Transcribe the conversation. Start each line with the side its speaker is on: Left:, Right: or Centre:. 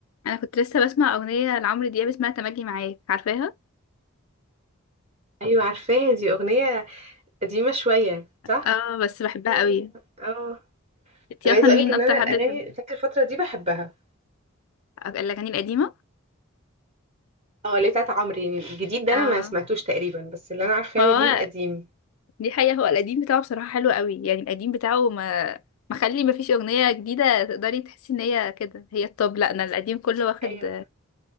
Left: انا كنت لسه بسمع اغنيه لعمرو دياب اسمها تملي معاك عارفاها
Right: ايوه عارفاها دي اغنيه قديمه شويه صح
Left: اه بس بحبها
Right: مل-
Left: قوي
Right: اه
Left: انتي
Right: انا
Left: اصلا
Right: عايزه
Left: مين
Right: اقولك ان
Left: اكتر
Right: انا
Left: حد
Right: الاغاني
Left: بتحب
Right: فاكر الفتره دي بحبها
Left: الاغاني القديمه
Right: اه اللي بتاعت عمرو يعني الجديد ده
Left: اه
Right: انا ما سمعتوش تقريبا بس اللي انا عارفاه
Left: ما
Right: له ليه القديم
Left: هو دي حقيقه هو القديم بتاعه بصراحه حلو قوي يعني القديم بتاعه ما مخلي ما فيش اغنيه جديده تقدري تحسي ان هي كده هي الطب لا انا القديم كله واخد
Right: ايوه